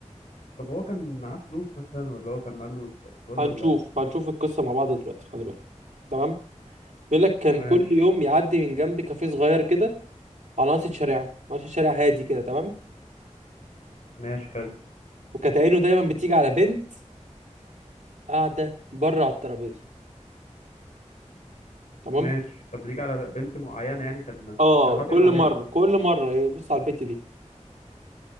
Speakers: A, on the left; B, on the right.
A: طب هو كان معاه فلوس مثلا ولا هو كان مأمن مستقبل
B: هنشوف
A: ولا
B: هنشوف القصة مع بعض دلوقتي خلي بالك تمام بيقول لك كان
A: ماشي
B: كل يوم يعدي من جنب كافيه صغير كده على ناصية شارعه ناصية شارع هادي كده تمام
A: ماشي حلو
B: وكانت عينه دايما بتيجي على بنت قاعدة بره على الترابيزة تمام
A: ماشي كان بيجي على بنت معينة يعني كان
B: اه
A: كان حاطط
B: كل
A: عينه عليها
B: مرة كل مرة يبص على البنت دي